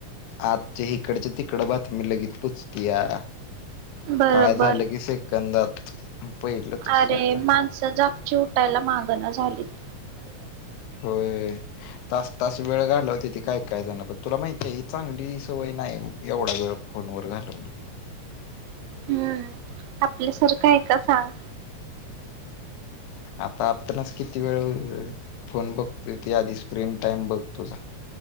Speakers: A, on the left; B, on the right.
A: आजच्या हिकडच्या तिकड बातमी लगेत पुचतिया.
B: बरोबर
A: काय झालं की सेकंदात पहिलं तस
B: अरे
A: आता
B: माणसं जप चि उटायला मागणं झालीत
A: होय. तास तास वेळ घालवतेती काय काय जण, तुला माहिती आहे ही चांगली सवय नाही एवढा वेळ फोन वर घालवणं.
B: हम्म आपल्यासारखं आहे का सांग.
A: आता आपणच किती वेळ फोन बघतोय ती आधी स्क्रीन टाइम बघ तुझा